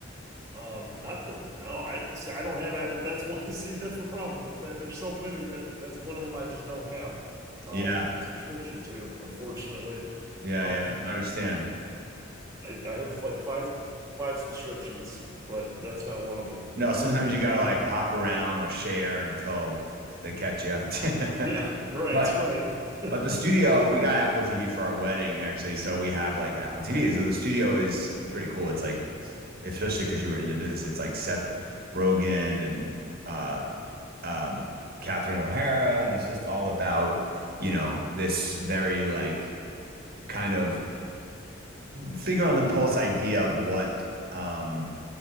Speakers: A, on the right; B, on the right.
A: Um, not the no, I see, I don't have Apple. That's one. <laughs> See, that's the problem is that there's so many that that's one of them I just don't have um
B: Yeah.
A: a subscription to, unfortunately.
B: Yeah,
A: Um,
B: yeah. I understand.
A: I, I have like five five subscriptions, but that's not one of them.
B: No,
A: Um,
B: sometimes you gotta like hop around or share until they catch you up. <laughs>
A: yeah, right,
B: But
A: right. <laughs>
B: But the studio, we got Apple TV for our wedding, actually. So we have like Apple TV. And so the studio is pretty cool. It's like, especially because you were in the business, it's like Seth Rogen and uh, um, Catherine O'Hara. And it's just all about, you know, this very like kind of finger on the pulse idea of what um,